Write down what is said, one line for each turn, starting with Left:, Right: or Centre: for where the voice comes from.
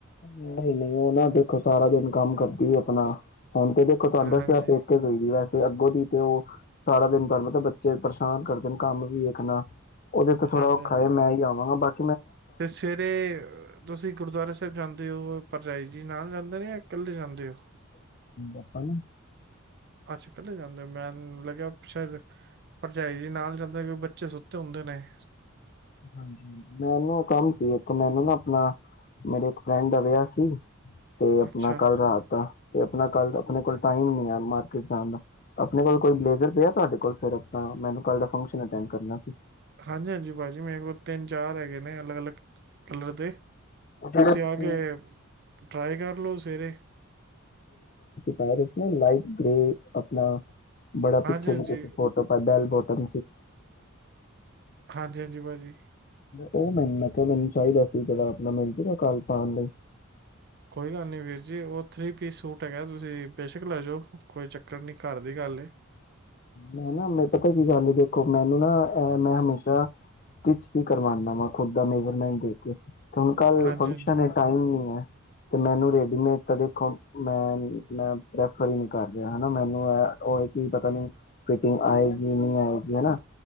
Left: ਨਹੀਂ ਨਹੀਂ ਉਹ ਨਾ ਦੇਖੋ ਸਾਰਾ ਦਿਨ ਕੰਮ ਕਰਦੀ ਆਪਣਾ ਹੁਣ ਤੇ ਦੇਖੋ ਤੁਹਾਨੂੰ
Right: ਹਾਂਜੀ,
Left: ਦੱਸਯਾ ਆਪ ਪੇਕੇ ਗਈ ਦੀ ਐ। ਤੇ ਅੱਗੋਂ ਦੀ ਤੇ ਉਹ ਸਾਰਾ ਦਿਨ ਤੁਹਾਨੂੰ ਪਤਾ ਬੱਚੇ ਪਰੇਸ਼ਾਨ ਕਰਦੇ ਨੇ ਕੰਮ ਵੀ ਵੇਖਣਾ ਉਹਦੇ ਤੇ ਥੋੜ੍ਹਾ
Right: ਹਾਂਜੀ-ਹਾਂਜੀ।
Left: ਔਖਾ ਏ, ਮੈਂ ਹੀ ਆਵਾਂਗਾ ਬੱਟ
Right: ਤੇ ਸਵੇਰੇ ਤੁਸੀਂ ਗੁਰਦੁਆਰਾ ਸਾਹਿਬ ਜਾਂਦੇ ਦੇ ਉਹ ਭਰਜਾਈ ਜੀ ਨਾਲ ਰਦੇ ਨੇ ਇਕੱਲੇ ਜਾਂਦੇ ਹੋ?
Left: ਆਪਾਂ ਨੂੰ
Right: ਅੱਛਾ ਇਕੱਲੇ ਜਾਂਦੇ ਹੋ ਮੈਂ ਲੱਗਿਆ ਸ਼ਾਇਦ ਭਰਜਾਈ ਜੀ ਨਾਲ ਜਾਂਦੇ ਕਿ ਬੱਚੇ ਸੁੱਤੇ ਹੁੰਦੇ ਨੇ
Left: ਹਾਂਜੀ ਹ ਮੈਨੂੰ ਕੰਮ ਸੀ ਇੱਕ ਮੈਨੂੰ ਨਾ ਆਪਣਾ ਮੇਰੇ ਇੱਕ ਫਰੈਂਡ ਰਿਹਾ ਸੀ ਤੇ ਆਪਣਾ
Right: ਅੱਛਾ।
Left: ਕੱਲ੍ਹ ਰਾਤ ਤੇ ਆਪਣਾ ਕੱਲ ਆਪਣੇ ਕੋਲ ਟਾਈਮ ਨ ਆ ਮਾਰਕੀਟ ਜਾਣ ਦਾ ਆਪਣੇ ਕੋਲ ਕੋਈ ਬਜਰ ਪਿਆ ਤੁਹਾਡੇ ਕੋਲ ਫ ਮੈਨ ਕ ਦਾ ਫੰਕ ਕਰਨਾ ਸੀ
Right: ਹਾਂਜੀ ਹਾਂਜੀ ਭਾਜੀ ਮੇਰੇ ਕੋਲ ਤਿੰਨ ਚਾਰ ਹੈਗੇ ਨੇ ਅਲੱਗ ਅਲੱਗ ਕਲਰ ਦੇ
Left: ਸ਼ੇ ਦਾ ਤੁਸੀਂ
Right: ਆ ਕੇ ਟਰਾਈ ਕਰ ਲਓ ਸਵੇਰੇ
Left: ਪਾਏ ਰ ਸੀ ਲਾਈ ਤੇ ਆਪਣਾ ਬੜਾ
Right: ਹਾਂਜੀ
Left: ਪਿੱਛੇ
Right: ਹਾਂਜੀ
Left: ਜੇ ਤੁਸੀਂ ਫੋਟੋ ਪਾਏ ਬੈਲਬੋ <unintelligible> ਪੈਟ
Right: ਹਾਂਜੀ ਹਾਂਜੀ ਭਾਜੀ
Left: ਉਹ ਮੈੂੰ ਕਿਹਾ ਮੈਨੂੰ ਚਾਹੀਦਾ ਸੀ ਜੜ ਆਪਣਾ ਮਨਤੀਗਾ ਕੱਲ ਪਾਉਣ ਲਈ
Right: ਕੋਈ ਗੱਲ ਨਹੀਂੀ ਵੀਰ ਜੀ ਉਹ ਥ੍ਰਰੀ ਪੀਸ ਸੂਟ ਹੈਗਾ ਤੁਸੀਂ ਬੇਸ਼ੱਕ ਲੈ ਜਾਓ ਕੋਈ ਚੱਕਰ ਨਹੀਂੀ ਘਰ ਦੀ ਗੱਲ
Left: ਮੈਂ ਨਾ ਮ ਪਤਾ ਕੀ ਗੱਲ ਦੇਖੋ ਮੈਨੂੰ ਨਾ ਮੈਂ ਹਮੇਸ਼ਾ ਸਟਿਚ ਹੀ ਕਰਵਾਦਾ ਵਾ ਖੁਦ ਦਾ ਮੇਜਰਮੈਂਟ ਦੇ ਕੇ ਹੁਣ ਕੱਲ
Right: ਹਾਂਜੀ
Left: ਫੰਕਸ਼ਨ
Right: ਹਾਂਜੀ
Left: ਹੈ ਟਾਈਮ ਨਹੀਂ ਹੈ ਤੇ ਮੈਨੂੰ ਰੇਡੀਮੇਡ ਤਾਂ ਦੇਖੋ ਮੈਂ ਪ੍ਰੈਫਰ ਹੀ ਨ ਕਰ ਰਿਹਾਾ ਮੈਨੂੰ ਪ ਕਣੀ ਫਿਟਿੰਗ ਆਏਗੀ ਨਹੀਂ ਆਏਗੀ ਹਨਾ